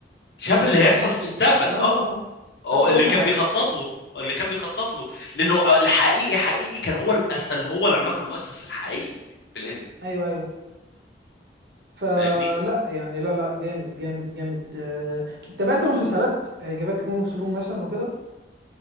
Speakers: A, on the left; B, on the right.
A: شاف
B: ممكن
A: اللي هيحصل
B: ممكن
A: مستقبل
B: اه
A: اه او
B: شاف كل
A: اللي كان
B: حاجه
A: بيخطط له اللي كان بيخطط له لانه الحقيقي حقيقي كان هو الأس... اللي هو العملاق المؤسس الحقيقي في الانمي
B: ايوه ايوه فلا
A: فاهمني
B: يعني لا لا جامد جامد جامد آه، تابعت مسلسلات آه، جابت تكون في مثلا وكده